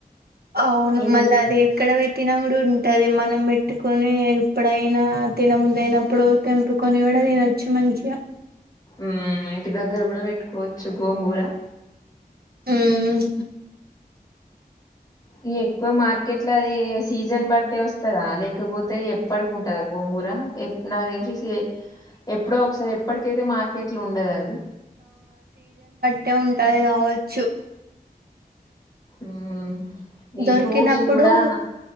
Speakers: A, on the right; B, on the left.
A: అవును
B: ఇది
A: మళ్ళా అది ఎక్కడ పెట్ ట్టినకూడా ఉంటది, మనం పెట్టుకొని ఎప్పుడైనా తినబుద్ధి అయినప్పుడు తెంపుకొని కూడా తినొచ్చు మంచిగా
B: ఉమ్ ఇంటి దగ్గర కూడా పెట్టుకోవచ్చు గోంగూర
A: ఉమ్
B: ఇగ ఎక్కువ మార్కెట్ల అది సీజన్ బట్టటి వస్తందా లేక కపోతే ఎప్పటికి ఉంటదా, గోంగూర నాకు తెలిసి సి ఎప్ ప్పుడో ఒకసారి ఎప్పడికైతే మార్కెట్ల ఉండదు, అది
A: ఉంటే ఉంటాది, కావచ్చు
B: ఉమ్ ఈ
A: దొరికినప్పుడు
B: ఫ్రూట్స్ కూడా